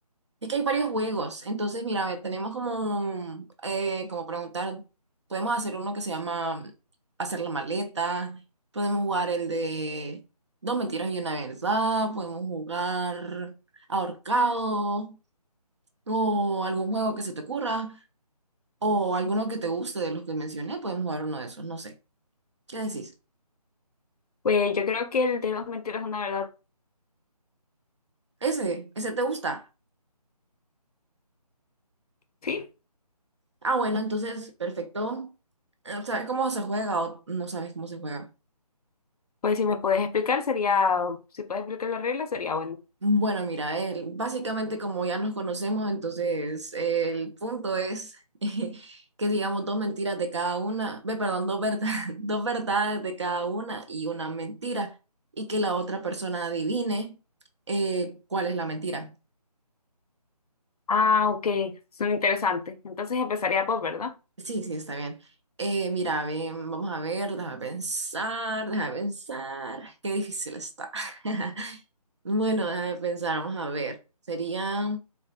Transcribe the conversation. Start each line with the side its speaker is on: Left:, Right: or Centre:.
Right: Es que hay varios juegos, entonces mira, a ver, tenemos como, eh, como preguntar, podemos hacer uno que se llama hacer la maleta, podemos jugar el de dos mentiras y una verdad, podemos jugar ahorcado o algún juego que se te ocurra. O alguno que te guste de los que mencioné, podemos jugar uno de esos, no sé. ¿Qué decís?
Left: Pues yo creo que el de dos mentiras, una verdad,
Right: Ese, ese te gusta.
Left: sí.
Right: Ah, bueno, entonces, perfecto. Eh, ¿Sabes cómo se juega o no sabes cómo se juega?
Left: Pues si me puedes explicar, sería, si puedes explicar las reglas, sería bueno.
Right: Bueno, mira, eh, básicamente como ya nos conocemos, entonces eh, el punto es <laughs> que digamos dos mentiras de cada una, ve, perdón, dos verdad- <laughs> dos verdades de cada una y una mentira, y que la otra persona adivine eh, cuál es la mentira.
Left: Ah, ok, son interesantes. Entonces empezaría por, ¿verdad?
Right: Sí, sí, está bien. Eh, mira, ven, vamos a ver, déjame pensar, déjame pensar. Qué difícil está. <laughs> Bueno, déjame pensar, vamos a ver. Sería,